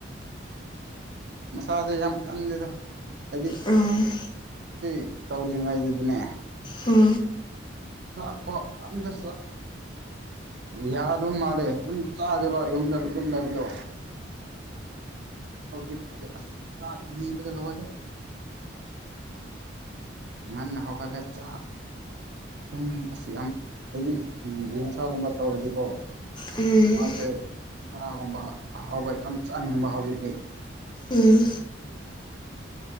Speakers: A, on the right; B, on the left.
A: ꯃꯁꯥꯁꯦ ꯌꯥꯝ ꯀꯟꯗꯦꯗꯣ ꯍꯥꯏꯗꯤ
B: ꯎꯝ
A: ꯁꯤ ꯇꯧꯗ꯭ꯔꯤꯉꯩꯗꯨꯗꯤꯅꯦ
B: ꯎꯝ
A: ꯆꯥꯛꯄ ꯑꯝꯇ ꯌꯥꯗ ꯃꯥꯜꯂꯦ ꯑꯗꯨꯝ ꯆꯥꯗꯦꯕ ꯌꯨꯝꯗ ꯑꯗꯨꯝ ꯂꯩꯕꯗꯣ ꯍꯧꯖꯤꯛꯇꯨꯗꯤ ꯑꯁ ꯆꯥꯛ ꯅꯤꯕꯗ ꯂꯣꯏꯔꯦ ꯉꯟꯅ ꯍꯧꯒꯠꯂꯦ ꯆꯥꯛ ꯁꯨꯝ ꯑꯁꯤ ꯌꯥꯝ ꯍꯥꯏꯗꯤ ꯌꯦꯟꯁꯥꯒꯨꯝꯕ ꯇꯧꯔꯗꯤꯀꯣ
B: ꯎꯝ
A: ꯃꯥꯁꯦ ꯁꯔꯥꯒꯨꯝꯕ ꯑꯍꯥꯎꯕ ꯌꯥꯝ ꯆꯥꯅꯤꯡꯕ ꯍꯧꯖꯤꯛꯇꯤ
B: ꯎꯝ